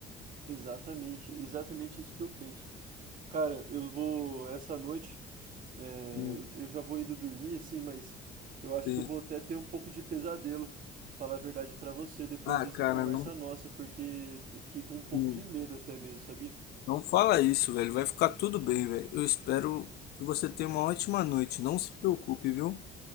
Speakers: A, on the right; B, on the left.
A: Exatamente, exatamente isso que eu penso. Cara, eu vou essa noite É,
B: Hum,
A: eu- eu já vou indo dormir, assim, mas eu acho
B: sim.
A: que eu vou até ter um pouco de pesadelo, falar a verdade pra você, depois
B: Ah,
A: dessa
B: cara,
A: conversa
B: não.
A: nossa, porque eu fiquei com um pouco
B: hum.
A: de medo até mesmo, sabia?
B: Não fala isso, velho. Vai ficar tudo bem, velho. Eu espero que você tenha uma ótima noite. Não se preocupe, viu?